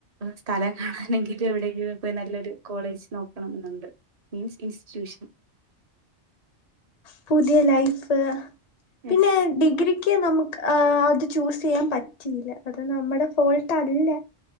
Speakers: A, on the right; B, on the left.
A: സ്ഥലം കാണാനെങ്കി മറ്റ് എവിടെങ്കിലും പോയി നല്ലൊരു കോളേജ് നോക്കണം ഇന്ന്ണ്ട്. മീൻസ് ഇൻസ്റ്റിറ്റ്യൂഷൻ
B: പുതിയ ലൈഫ് പിന്നെ
A: അസ്
B: ഡിഗ്രിക്ക് നമുക്ക് ആ അത് ചൂസ് ചെയ്യാൻ പറ്റില്ല. അത് നമ്മുടെ ഫോൾട്ടല്ല.